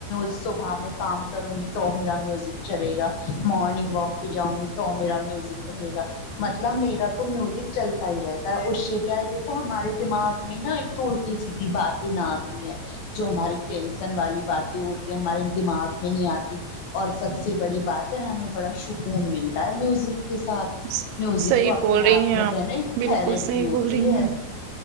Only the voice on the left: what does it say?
صبح میں کام کروں گی تو میرا میوزک چلے گا مارننگ واک پہ جاؤں گی تو میرا میوزک رہے گا مطلب میرا تو میوزک چلتا ہی رہتا ہے اس سے کیا ہے دیکھو ہمارے دماغ میں نا تو اولٹی سیدھی باتین نہ آتی ہیں جو ہماری ٹینسن والی باتیں ہوتی ہیں ہمارے دماغ میں نہیں آتی اور سب سے بڑی بات ہے ہمیں بڑا شکون ملتا ہے میوزک کے ساتھ
میوزک تو اپنے
آپ
میں کیا ہے نہ ایک
تھراپی
ہوتی
ہے